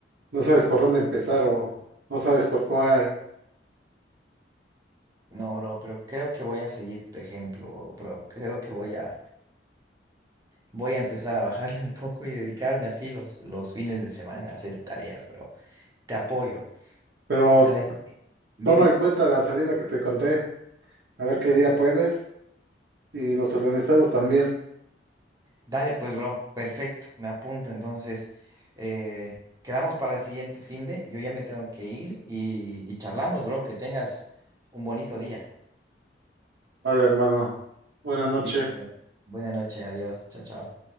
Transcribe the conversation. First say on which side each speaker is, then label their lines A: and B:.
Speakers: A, on the right; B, on the right.
A: no sabes por dónde empezar o no sabes por cuál,
B: No, bro, pero creo que voy a seguir tu ejemplo, bro. Creo que voy a, voy a empezar a bajarle un poco y dedicarme así los, los fines de semana a hacer tareas, bro. Te apoyo.
A: pero
B: ¿Sabes? Dime.
A: toma en cuenta la salida que te conté, a ver qué día puedes y nos organizamos también.
B: Dale pues, bro, perfecto, me apunto. Entonces, eh, quedamos para el siguiente fin de, yo ya me tengo que ir y, y charlamos, bro, que tengas un bonito día.
A: Vale, hermano. Buenas noches.
B: Listo, bro. Buena noche, adiós, chao, chao.